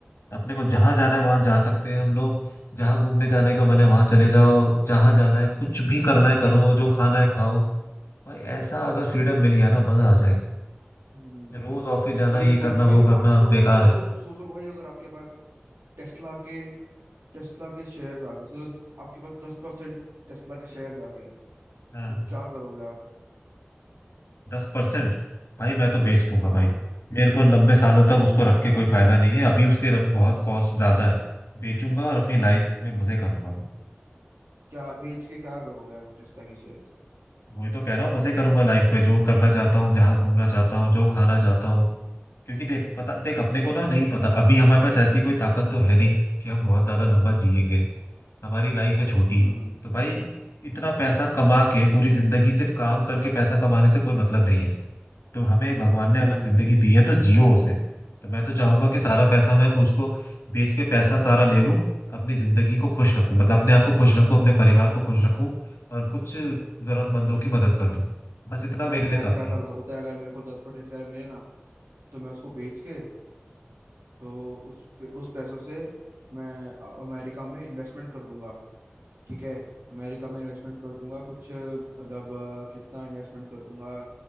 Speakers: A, on the left; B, on the right.
A: अपने को जहां जाना है वहां जा सकते हैं हम लोग जहां घूमने जाने का मन है वहां चले जाओ जहां जाना है कुछ भी करना है करो जो खाना है खाओ भाई ऐसा अगर फ्रीडम मिल गया ना मजा आ जाएगा
B: हम्म
A: रोज ऑफिस जाना
B: भाई
A: ये
B: सोच
A: करना
B: मेरे
A: वो करना
B: पास तो
A: बेकार
B: सोचो
A: है
B: सोचो भाई अगर आपके पास टेस्ला के टेस्ला के शेयर्स आ गए सोचो आपके पास दस परसेंट टेस्ला के शेयर्स आ गए
A: हाँ
B: तो क्या करोगे आप
A: दस परसेंट भाई मैं तो बेच दूंगा
B: हाँ
A: भाई मेरे को लंबे सालों तक उसको रख के कोई फायदा नहीं है अभी उसके रख- बहुत कॉस्ट ज्यादा है बेचूंगा और अपनी
B: हाँ
A: लाइफ में मजे करूंगा
B: क्या बेच के क्या करोगे आप टेस्ला के शेयर्स
A: वही तो कह रहा हूँ मजे करूंगा लाइफ में जो करना चाहता हूँ जहां घूमना चाहता हूँ जो खाना चाहता हूँ क्योंकि देख पता देख
B: अच्छा
A: अपने को ना नहीं पता अभी हमारे पास ऐसी कोई ताकत तो है नहीं कि हम बहुत ज्यादा लंबा जिएंगे हमारी लाइफ है छोटी
B: हम्म
A: तो भाई इतना पैसा कमा के पूरी जिंदगी सिर्फ काम करके पैसा कमाने से कोई मतलब नहीं है तो हमें भगवान
B: हम्म
A: ने अगर जिंदगी दी है तो जियो उसे तो मैं तो चाहूंगा कि सारा
B: हम्म
A: पैसा मैं उसको बेच के पैसा सारा ले लूं अपनी जिंदगी को खुश रखूं मतलब अपने आप को खुश रखूं अपने परिवार को खुश रखूं और कुछ जरूरतमंदों की मदद कर दूं बस इतना मेरे
B: भाई मैं
A: लिए काफी
B: तो क्या करूँगा
A: है
B: पता है अगर मेरे को दस परसेंट शेयर मिले ना तो मैं उसको बेच के तो उस उस पैसों से मैं अ- अमेरिका में इन्वेस्टमेंट कर दूंगा ठीक है अमेरिका में इन्वेस्टमेंट कर दूंगा कुछ अ, मतलब अ, कितना इन्वेस्टमेंट कर दूंगा